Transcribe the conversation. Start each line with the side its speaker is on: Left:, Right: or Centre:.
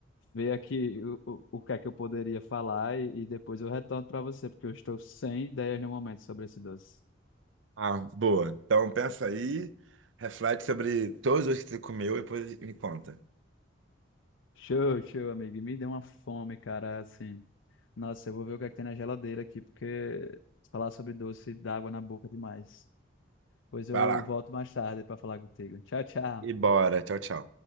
Left: ver aqui o, o, o que é que eu poderia falar e, e depois eu retorno para você, porque eu estou sem ideias no momento sobre esse doce.
Right: Ah, boa. Então pensa aí, reflete sobre todos os que você comeu e depois me conta.
Left: Show, show, amigo. E Me deu uma fome, cara, assim. Nossa, eu vou ver o que é que tem na geladeira aqui, porque falar sobre doce dá água na boca demais. Pois eu
Right: Vai lá.
Left: volto mais tarde para falar contigo. Tchau, tchau.
Right: E bora. Tchau, tchau.